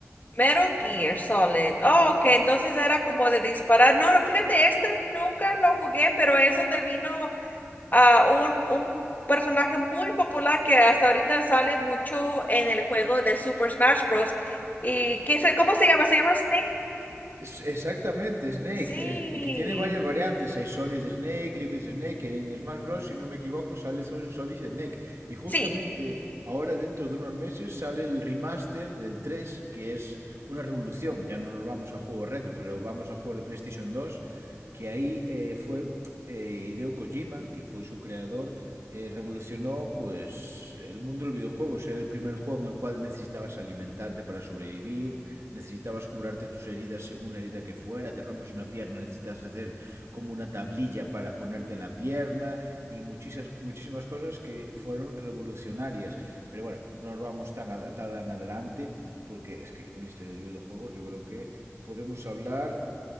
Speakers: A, on the left; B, on the right.
A: Mero Gear Solid. Oh, que entonces era como de disparar. No, fíjate, este nunca lo jugué, pero es donde vino ah, un, un personaje muy popular que hasta ahorita sale mucho en el juego de Super Smash Bros. ¿Y qué se, cómo se llama? ¿Se llama Snake?
B: Es- exactamente, Snake,
A: Sí,
B: es- eh, que tiene varias variantes. Hay Solid Snake, Liquid Snake. En Smash Bros., si no me equivoco, sale Sol- Solid Snake. Y justamente
A: sí,
B: ahora, dentro de unos meses, sale el remaster del 3 que es una revolución. Ya no nos vamos a juegos retro, pero vamos a juegos de PlayStation dos que ahí eh, fue eh, Hideo Kojima, que fue su creador, eh, revolucionó pues el mundo del videojuego. Era el primer juego en el cual necesitabas alimentarte para sobrevivir, necesitabas curarte tus heridas según la herida que fuera, te rompes una pierna, necesitas hacer como una tablilla para ponerte en la pierna y muchísimas, muchísimas cosas que fueron revolucionarias. Pero bueno, no nos vamos tan, a- tan adelante porque es que en la historia del videojuego yo creo que podemos hablar